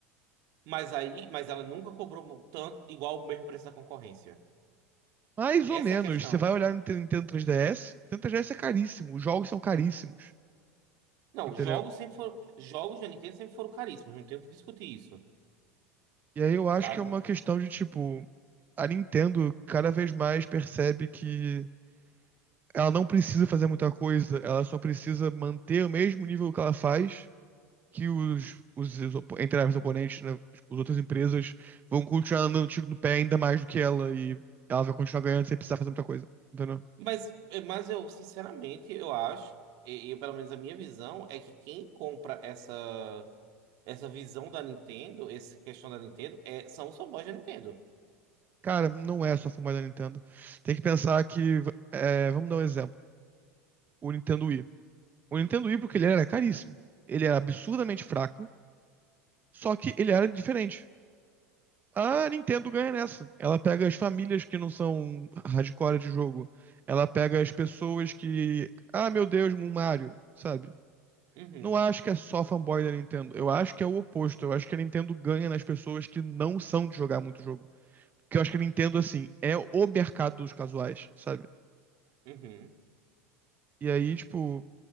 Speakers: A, on the right; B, on the right.
A: Mas aí, mas ela nunca cobrou tanto igual o mesmo preço da concorrência.
B: Mais
A: Essa
B: ou menos.
A: é a questão.
B: Você vai olhar no Nintendo Nintendo 3DS, Nintendo 3DS é caríssimo, os jogos são caríssimos,
A: Não,
B: entendeu?
A: jogos sempre foram, jogos da Nintendo sempre foram caríssimos, não tenho o que discutir isso,
B: E aí eu
A: sabe?
B: acho que é uma questão de tipo, a Nintendo cada vez mais percebe que ela não precisa fazer muita coisa, ela só precisa manter o mesmo nível que ela faz, que os, os, os opo- entre aspas, oponentes, né, as outras empresas vão continuar dando tiro no pé ainda mais do que ela e ela vai continuar ganhando sem precisar fazer muita coisa, entendeu?
A: Mas, é, mas eu, sinceramente, eu acho, e, e pelo menos a minha visão é que quem compra essa essa visão da Nintendo, essa questão da Nintendo, é, são os fanboys da Nintendo.
B: Cara, não é só fumar da Nintendo. Tem que pensar que, é, vamos dar um exemplo. o Nintendo Wii. O Nintendo Wii, porque ele era caríssimo. Ele era absurdamente fraco, só que ele era diferente. A Nintendo ganha nessa. Ela pega as famílias que não são hardcore de jogo. Ela pega as pessoas que. Ah, meu Deus, um Mario, sabe?
A: Uhum,
B: Não acho que é só fanboy da Nintendo. Eu acho que é o oposto. Eu acho que a Nintendo ganha nas pessoas que não são de jogar muito jogo. Porque eu acho que a Nintendo, assim, é o mercado dos casuais, sabe?
A: uhum,
B: E aí, tipo,